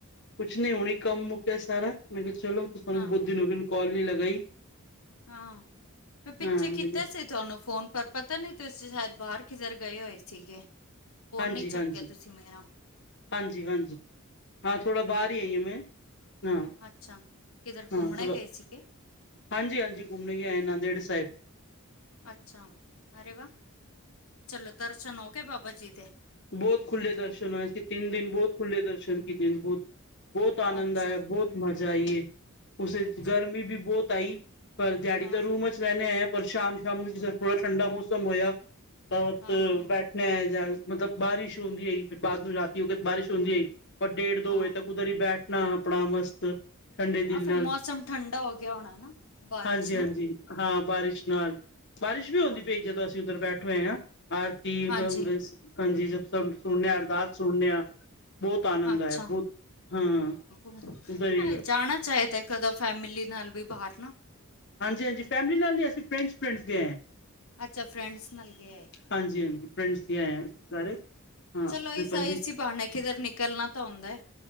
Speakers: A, on the left (about 55°); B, on the left (about 80°).
A: ਕੁਛ ਨੀ ਹੁਣੇ ਹੀ ਕੰਮ ਮੁੱਕਿਆ ਸਾਰਾ, ਮੈਂ ਕਿਹਾ ਚਲੋ ਤੁਹਾਨੂੰ
B: ਹਾਂ
A: ਬੁਹੂਤ ਦਿਨ ਹੋ ਗਏ ਕੋਲ ਨੀ ਲਗਾਈ।
B: ਹਾਂ ਮੈ ਪਿੱਛੇ
A: ਹਾਂ ਮੈਂ
B: ਕੀਤਾ
A: ਕਿਹਾ
B: ਸੀ ਤੁਹਾਨੂੰ ਫ਼ੋਨ ਪਰ ਪਤਾ ਨੀ ਤੁਸੀਂ ਸ਼ਾਇਦ ਬਾਹਰ ਕਿਧਰ ਗਏ ਹੋਏ ਸੀਗੇ। ਫ਼ੋਨ
A: ਹਾਂਜੀ
B: ਨੀ ਚੱਕਿਆ
A: ਹਾਂਜੀ
B: ਤੁਸੀਂ ਮੇਰਾ।
A: ਹਾਂਜੀ ਹਾਂਜੀ, ਹਾਂ ਥੋੜ੍ਹਾ ਬਾਹਰ ਹੀ ਆਈ ਆ ਮੈਂ ਹਾਂ।
B: ਅੱਛਾ ਕਿਧਰ
A: ਹਾਂ
B: ਘੁੰਮਣੇ
A: ਥੋੜਾ
B: ਗਏ ਸੀਗੇ?
A: ਹਾਂਜੀ ਹਾਂਜੀ ਘੁੰਮ ਕੇ ਆਏ ਨੰਦੇੜ ਸਾਹਿਬ।
B: ਅੱਛਾ, ਅਰੇ ਵਾਹ ਚਲੋ ਦਰਸ਼ਨ ਹੋਗੇ ਬਾਬਾ ਜੀ ਦੇ।
A: ਬਹੁਤ ਖੁੱਲ੍ਹੇ ਦਰਸ਼ਨ ਹੋਏ ਅਸੀ ਤਿੰਨ ਦਿਨ ਬਹੁਤ ਖੁੱਲੇ ਦਰਸ਼ਨ ਕੀਤੇ ਨੇ ਬਹੁਤ। ਬਹੁਤ ਆਨੰਦ
B: ਅੱਛਾ
A: ਆਇਆ, ਬਹੁਤ ਮਜ਼ਾ ਆਈ ਏ, ਉੇਸ ਵਿਚ
B: ਅੱਛਾ
A: ਗਰਮੀ ਵੀ ਬਹੁਤ ਆਈ। ਪਰ ਦਿਹਾੜੀ
B: ਹਾਂ
A: ਤਾਂ ਰੂਮ ਵਿਚ ਚ ਰਹਿੰਦੇ ਆਏ ਪਰ ਸ਼ਾਮ ਸ਼ਾਮ ਨੂੰ ਜਿਸ ਤਰਾਂ ਥੋੜ੍ਹਾ ਠੰਡਾ ਮੌਸਮ ਹੋਇਆ ਬਹੁਤ
B: ਹਾਂ ਹਾਂ
A: ਬੈਠਣਾ ਜਾਂ ਮਤਲਬ ਬਾਰਿਸ਼ ਹੁੰਦੀ ਹੋਈ ਬਾਅਦ ਰਾਤੀ ਵਕਤ ਬਾਰਿਸ਼ ਹੁੰਦੀ ਹੋਈ ਪਰ ਡੇਢ ਦੋ
B: ਹਾਂ
A: ਵਜੇ ਤੱਕ ਉਧਰ ਹੀ ਬੈਠਣਾ ਆਪਣਾ ਮਸਤ। ਠੰਡੇ ਦਿਲ
B: ਆਹ ਫਿਰ
A: ਨਾਲ
B: ਮੌਸਮ ਠੰਡਾ ਹੋ ਗਿਆ ਹੋਣਾ ਨਾ ਬਾਰਿਸ਼
A: ਹਾਂਜੀ-ਹਾਂਜੀ
B: ਨਾਲ।
A: ਹਾਂ ਬਾਰਿਸ਼ ਨਾਲ, ਬਾਰਿਸ਼ ਵੀ ਹੁੰਦੀ
B: ਹਾਂ
A: ਪਈ ਜਦੋਂ ਅਸੀਂ ਉੱਧਰ ਬੈਠ ਹੋਏ ਆ। ਆਰਤੀ,
B: ਹਾਂਜੀ
A: ਹਾਂਜੀ ਸੁਣਨੇ ਆ ਅਰਦਾਸ ਸੁਣਨੇ ਆ। ਬਹੁਤ ਆਨੰਦ
B: ਅੱਛਾ
A: ਆਇਆ ਬਹੁਤ ਹਾਂ।
B: <unintelligible>
A: ਉਧਰ ਹੀ
B: ਜਾਣਾ ਚਾਹੀਦਾ। ਕਦੋ ਫੈਮਿਲੀ ਨਾਲ ਵੀ ਬਾਹਰ ਨਾ।
A: ਹਾਂਜੀ ਹਾਂਜੀ ਫੈਮਿਲੀ ਨਾਲ ਨਹੀਂ ਅਸੀਂ ਫਰੈਂਡਸ ਫਰੈਂਡਸ ਗਏ ਆ।
B: ਅੱਛਾ ਫਰੈਂਡਸ ਨਾਲ ਗਏ ਹੋਏ।
A: ਹਾਂਜੀ ਹਾਂਜੀ ਫਰੈਂਡਸ ਆਏ ਸਾਰੇ। ਹਾਂ
B: ਚਲੋ ਸਹੀ
A: ਪੰਜੀ
B: ਸੀ ਏਸੇ ਬਹਾਨੇ ਕਿਧਰ ਨਿਕਲਣਾ ਤਾਂ ਹੁੰਦਾ।